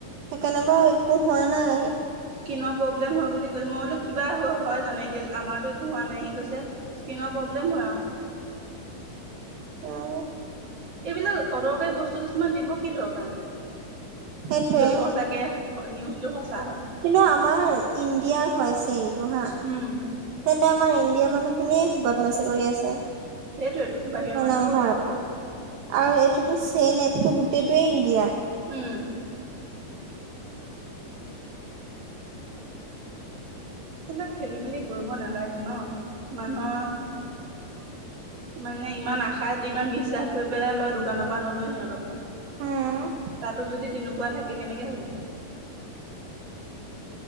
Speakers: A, on the right (about 75°); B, on the right (about 35°).
A: সেইকাৰনে বাৰু একো হোৱা নাই।
B: কিনৰ প্ৰব্লেম হয় বুলি মই বোলো কিবা হয় জানো, এতিয়া আমাৰতো একো হোৱা নাই, সি কৈছে স্কিনৰ প্ৰব্লেম হয় আৰু।
A: উম।
B: এইবিলাক অদৰকাৰী বস্তু কিছুমান দিব কি দৰকাৰ
A: সেইটোয়ে
B: যদি সচাকে নিউজটো সঁচা হয়।
A: কিন্তু আমাৰ ইণ্ডিয়াৰ হয় চেমটো হা?
B: উম
A: তেন্তে আমাৰ ইণ্ডিয়াৰ মানুহখিনিয়ে বদমাচি কৰি আছে।
B: সেইটোয়েতো বাহিৰৰ
A: মানে
B: মানুহৰ
A: আমাৰ
B: ক'ৰ
A: ভাৰাকা।
B: পৰা কৰিবহি
A: আৰু এইটোতো চেইন এপটো গোটেইটোৱে ইণ্ডিয়াৰ।
B: উম। তেন্তে খেলি মেলি কৰিব নালাগে ন' মানুহৰ মানে ইমান আশাত, ইমান বিশ্বাস কৰি পেলাই লয়, দোকানৰপৰা নলৈ সিহঁতৰপা।
A: উম
B: তাতো যদি তেনেকুৱা থাকে কেনেকে হ'ব।